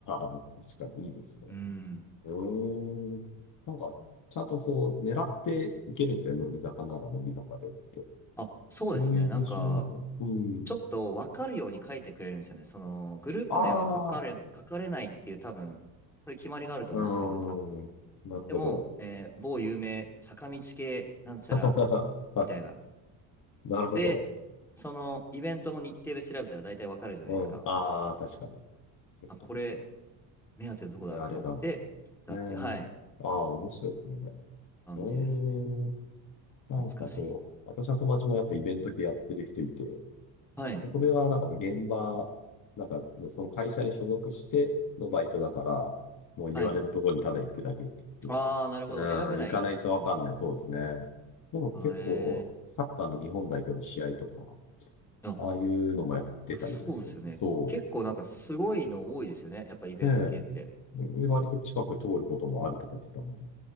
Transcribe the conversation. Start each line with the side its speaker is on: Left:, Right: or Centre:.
Left: あ、確かにいいですね。
Centre: うん。
Left: うーん。なんか、ちゃんとそう、狙っていけるんですよね。乃木坂なら乃木坂でって。
Centre: あ、そうですね。
Left: そういう募集なんですね。
Centre: なんか、
Left: うん。
Centre: ちょっと分かるように書いてくれるんですよね。その、グループ名は書かれ、
Left: ああ、
Centre: 書かれないっていう多分、そういう決まりがあると思うんですけど、
Left: うーん。
Centre: 多分。
Left: なるほど。
Centre: でも、えー某有名坂道系なんちゃら
Left: <laughs>
Centre: みたいな。
Left: なるほど。
Centre: で、そのイベントの日程で調べたら大体わかるじゃないですか。
Left: うん。ああ、確かに。そっかそっか。
Centre: あ、これ、目当てのとこだってなって行ったっていう、
Left: これあれだ、と。えー、
Centre: はい、
Left: ああ、面白いですね。うーん。
Centre: 感じですね。
Left: なんかそう、
Centre: 懐かしい。
Left: 私の友達もやっぱイベント系やってる人いて、
Centre: はい、
Left: そこではなんか現場、なんかねその会社に所属してのバイトだから、もう言われたところにただ行くだけって言って、
Centre: はい。ああ、なるほど。
Left: うん、
Centre: 選べないんですね。
Left: 行かないとわかんない。そうですね。でも結構、
Centre: あー、え
Left: サッカーの日本代表の試合とか、
Centre: ー。あ、
Left: ああいうのもやってたみたいですよ。
Centre: いやそうですよね。
Left: そ
Centre: 結構なんかすごいの多いですよね。やっぱイベント系って。
Left: う。で、割と近く通ることもあるとか言ってたんで。